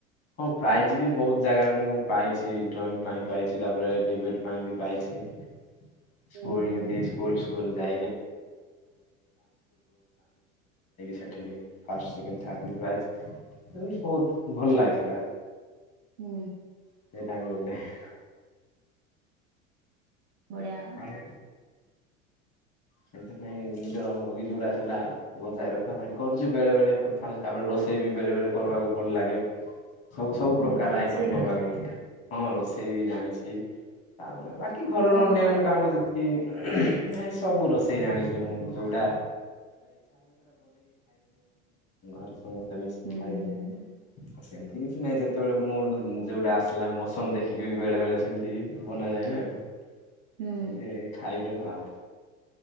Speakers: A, on the left; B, on the right.
A: ହଁ ପ୍ରାଇଜ୍ ବି ବହୁତ ଜାଗାରେ ମୁଁ ପାଇଛି ଡ୍ରଇଂ ପାଇଁ ପାଇଛି ତାପରେ ଡିବିଟ୍ ପାଇଁ ବି ପାଇଛି। <unintelligible> ସ୍କୁଲକୁ
B: ହୁଁ ହୁଁ
A: ଯାଇକି ସେଠି ବି ଫାଷ୍ଟ ସେକେଣ୍ଡ <unintelligible> ପ୍ରାଇଜ୍ ବହୁତ ଭଲ ଲାଗେ ସେଇଟା।
B: ହୁଁ।
A: <unintelligible>
B: ବଢିଆ।
A: ଆଉ। ସେଇଥିପାଇଁ ନିଜର ହବି ଯୋଉଡା ଥିଲା ବଜାଇ ରଖିବା ପାଇଁ କରୁଛି ବେଳେ ବେଳେ କରିଥାଉଛି ତାପରେ ରୋଷେଇ ବି ବେଳେ ବେଳେ କରିବାକୁ ଭଲ ଲାଗେ। ସବୁ ସବୁ ପ୍ରକାର
B: ହଁ କି ରୋଷେଇ
A: ଆଇଟମ <unintelligible>
B: ବି ଜାଣୁ
A: ହଁ ରୋଷେଇ ବି ଜାଣିଛି। ତାପରେ ବାକି ଘରର
B: କଣ
A: ଅନ୍ୟାନ୍ୟ
B: କଣ
A: କାମ ଯେତିକି ସବୁ ରୋଷେଇ ଜାଣିଛି ମୁଁ ଯୋଉଟା <unintelligible>
B: ହୁଁ ହୁଁ ହୁଁ
A: ସେମିତି କିଛି ନାହିଁ ଯେତେବେଳେ ମୋର ଯୋଉଟା ଆସିଲା ମୌସମ ଦେଖିକି ବେଳେ ବେଳେ ସେମିତି ବନାଯାଏ ନା। ଏମିତି
B: ହୁଁ
A: ଖାଇଦେଉ ଆଉ।